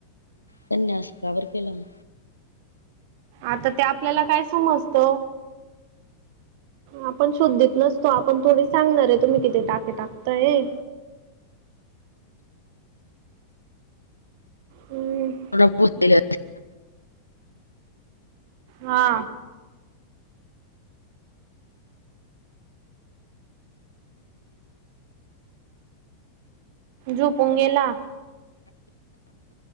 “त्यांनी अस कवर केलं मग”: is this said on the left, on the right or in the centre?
Left